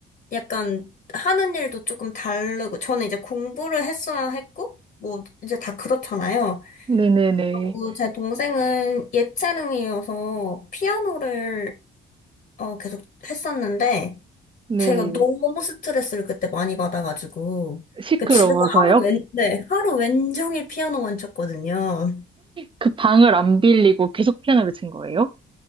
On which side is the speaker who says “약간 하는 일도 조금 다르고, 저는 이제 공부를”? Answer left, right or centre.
Left